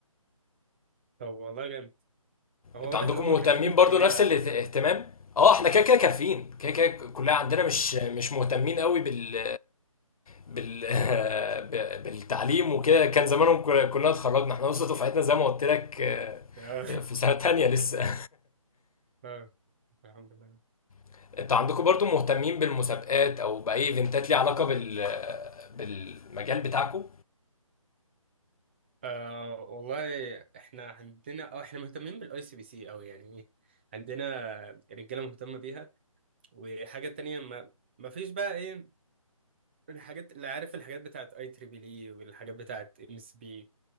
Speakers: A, on the right; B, on the left.
A: طب والله جامد هو
B: انتوا
A: واضح
B: عندكم
A: ان هم كارفين
B: مهتمين
A: الكليه
B: برضو نفس
A: عشان
B: الاهتمام
A: كده
B: اه احنا كده كده كافيين كده كده كلها عندنا مش مش مهتمين قوي بال بال <laughs> ب- بالتعليم وكده كان زمانهم كنا كنا اتخرجنا احنا لسه دفعتنا زي ما قلت لك
A: <laughs> اه
B: آه، في سنة تانية لسه
A: اه الحمد لله
B: <laughs> انتوا عندكم برضو مهتمين بالمسابقات او باي ايفنتات ليها علاقة بال بالمجال بتاعكم
A: آه والله احنا عندنا اه احنا مهتمين بالاي سي بي سي قوي يعني ايه عندنا رجاله مهتمه بيها وحاجه تانية ما ما فيش بقى ايه الحاجات اللي عارف الحاجات بتاعت اي تريبل اي والحاجات بتاعت ام اس بي